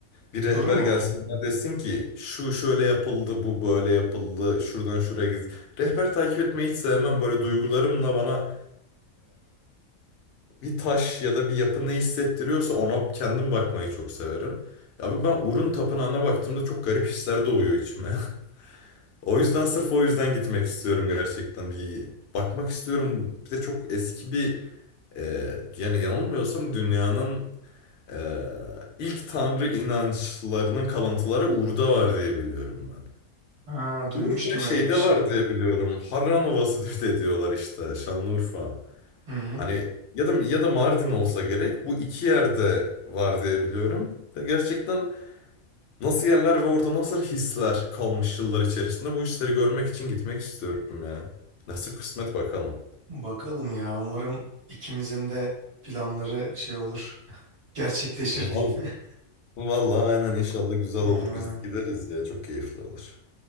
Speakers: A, on the left; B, on the right.
A: Bir rehber
B: Turu mu?
A: gelsin bana desin ki şu şöyle yapıldı, bu böyle yapıldı, şuradan şuraya giz. Rehber takip etmeyi hiç sevmem. Böyle duygularımla bana bir taş ya da bir yapı ne hissettiriyorsa ona kendim bakmayı çok severim. Abi ben Urun Tapınağı'na baktığımda çok garip hisler doğuyor içime. <laughs> O yüzden sırf o yüzden gitmek istiyorum gerçekten. Bir bakmak istiyorum. Bir de çok eski bir e, yani yanılmıyorsam dünyanın e, ilk tanrı inançlarının kalıntıları Ur'da var diye biliyorum ben.
B: Ha, duymuştum
A: Ur ve şeyde
B: öyle bir şey.
A: var diye biliyorum. Harran Ovası <laughs> diye de diyorlar işte Şanlıurfa.
B: Hı hı.
A: Hani ya da ya da Mardin olsa gerek. Bu iki yerde var diye biliyorum. Ve gerçekten nasıl yerler ve orada nasıl hisler kalmış yıllar içerisinde bu hisleri görmek için gitmek istiyorum ya. Nasip kısmet bakalım.
B: Bakalım ya. Umarım ikimizin de planları şey olur. <laughs> Gerçekleşir
A: Val
B: diyeyim. <laughs>
A: vallahi aynen inşallah güzel
B: Ha,
A: olur. Güz- Gideriz ya çok keyifli olur.